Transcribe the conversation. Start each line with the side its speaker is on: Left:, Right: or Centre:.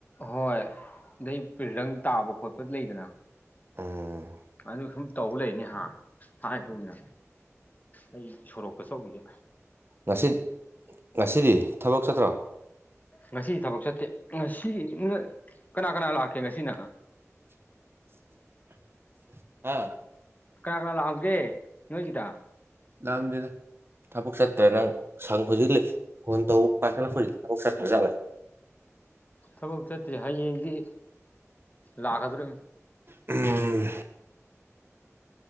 Left: ꯍꯣꯏ ꯑꯗꯩ ꯄꯔꯪ ꯇꯥꯕ ꯈꯣꯠꯄ ꯂꯩꯗꯅ
Right: ꯑꯝ
Left: ꯑꯗꯨ ꯁꯨꯝ ꯇꯧꯕ ꯂꯩꯅꯤ ꯍꯥ ꯍꯥꯏꯒꯨꯝꯅ ꯑꯩ ꯁꯣꯔꯣꯛꯀꯆꯧꯤꯒꯦ
Right: ꯉꯁꯤ ꯉꯁꯤꯗꯤ ꯊꯕꯛ ꯆꯠꯇ꯭ꯔꯣ
Left: ꯉꯁꯤ ꯊꯕꯛ ꯆꯠꯇꯦ ꯉꯁꯤ ꯀꯅꯥ ꯀꯅꯥ ꯂꯥꯛꯀꯦ ꯉꯁꯤꯅ
Right: <unintelligible> ꯍꯥ
Left: ꯀꯅꯥ ꯀꯅꯥ ꯂꯥꯛꯑꯝꯒꯦ ꯅꯣꯏꯒꯤꯗ
Right: ꯂꯝꯗꯗ ꯊꯕꯛ ꯆꯠꯇ꯭ꯔꯦ ꯅꯪ ꯁꯪ ꯍꯧꯖꯤꯛ ꯐꯣꯟ ꯇꯧꯕ ꯄꯥꯏꯈꯠꯂꯄ ꯅꯕꯣꯛ ꯆꯠꯈꯔ
Left: ꯊꯕꯛ ꯆꯠꯇ꯭ꯔꯤ ꯍꯌꯦꯡꯗꯤ ꯂꯥꯛꯀꯗꯧꯔꯤꯕ
Right: ꯎꯝ